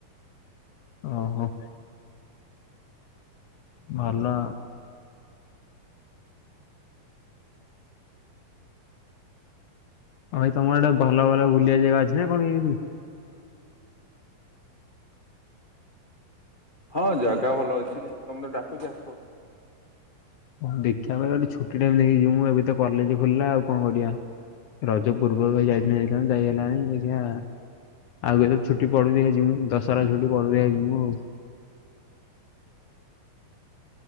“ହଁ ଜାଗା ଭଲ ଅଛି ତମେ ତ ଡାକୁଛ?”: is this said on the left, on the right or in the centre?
Left